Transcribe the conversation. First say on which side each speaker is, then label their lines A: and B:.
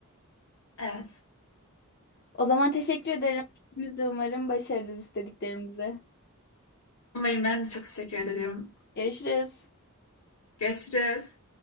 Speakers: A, on the left; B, on the left.
A: evet.
B: O zaman teşekkür ederim. Biz de umarım başarırız istediklerimizi.
A: Umarım ben de çok teşekkür ederim.
B: Görüşürüz.
A: Görüşürüz.